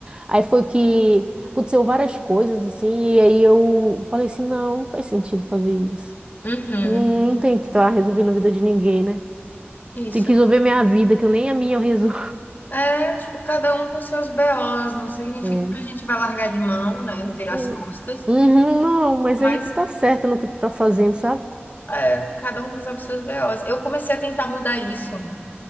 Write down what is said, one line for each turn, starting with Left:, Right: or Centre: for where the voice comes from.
Right: Aí foi que aconteceu várias coisas, assim, e aí eu falei assim, não, não faz sentido fazer isso.
Left: Uhum.
Right: Eu não, não tenho que estar resolvendo a vida de ninguém, né?
Left: Isso.
Right: Tem que resolver minha vida, que nem a minha eu resolvo.
Left: É, tipo, cada um com seus BOs, não significa
Right: É. <laughs>
Left: que a gente vai largar de mão, né, virar
Right: Hum,
Left: as costas,
Right: Uhum, não, mas
Left: mas
Right: aí tu tá certa no que tu tá fazendo, sabe?
Left: é, cada um resolve seus BOs. Eu comecei a tentar mudar isso